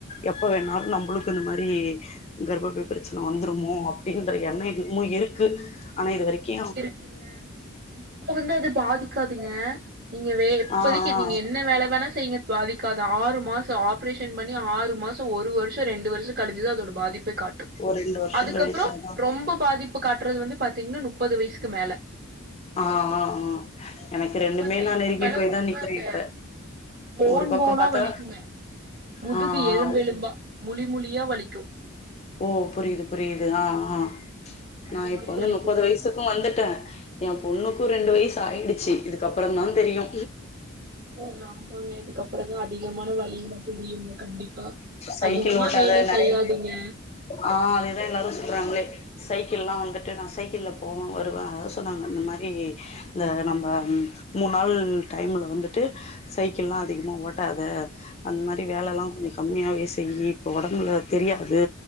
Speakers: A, on the left; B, on the right.
A: எப்ப வேணாலு நம்மளுக்கு இந்த மாரி கர்ப்பபை பிரச்சன வந்துருமோ அப்டின்ற எண்ணோ இன்னமு இருக்கு ஆனா இது வரைக்கு
B: ங்க இப்ப வந்து அது பாதிக்காதுங்க நீங்க வே இப்போதைக்கு
A: ஆ ஆ
B: நீங்க என்ன வேல வேணா செய்ங்க பாதிக்காது ஆறு மாசோ ஆப்ரேஷன் பண்ணி ஆறு மாசோ ஒரு வருஷோ ரெண்டு வருஷோ கழிஞ்சுதா அதோட பாதிப்பே காட்டு
A: ஒரு ரெண்டு வருஷம்
B: அதுக்கப்பறோ
A: கழிச்சாதான்
B: ரொம்ப பாதிப்பு காட்டறது வந்து பாத்தீங்கன்னா முப்பது வயசுக்கு மேல
A: ஆ ஆ ஆ எனக்கு
B: முப்பது
A: ரெண்டுமே
B: வயசுக்கு
A: நா நெருங்கி
B: மேல
A: போய்தா
B: ரொம்ப
A: நிப்ப
B: அந்த
A: இப்ப
B: போன்
A: ஒரு பக்கம்
B: போனா
A: பாத்தா
B: வலிக்குங்க முதுகு
A: ஆ ஆ
B: எலும்பெலும்பா முழி முழியா வலிக்கு
A: ஓ புரிது புரிது ஆ ஆ
B: அந்த
A: நா இப்ப
B: மாரி
A: வந்து
B: வலிக்குங்க
A: முப்பது வயசுக்கு வந்துட்ட என் பொண்ணுக்கு ரெண்டு வயசு ஆயிடுச்சு இதுக்கப்புறந்தா தெரியு
B: ம் ஆமாங்க இதுக்கப்பறந்தா அதிகமான வழில தெரியுங்க கண்டிப்பா
A: சைக்கிள்
B: அதிகமா
A: ஓட்டாத
B: வேல
A: நெறைய
B: செய்யாதீங்க
A: ஆ அதேதா எல்லாரு சுத்றாங்களே சைக்கிள்ல்லா வந்துட்டு நான் சைக்கிள்ல போவோ வருவே அத றாங்க இந்த மாரி இந்த நம்ப இந்த மாரி டைம்ல வந்துட்டு சைக்கில்லா அதிகமா ஓட்டாத அந்த மாரி வேலலா கொஞ்சோ கம்மியாவே செய்யி இப்போ உடம்புல தெரியாது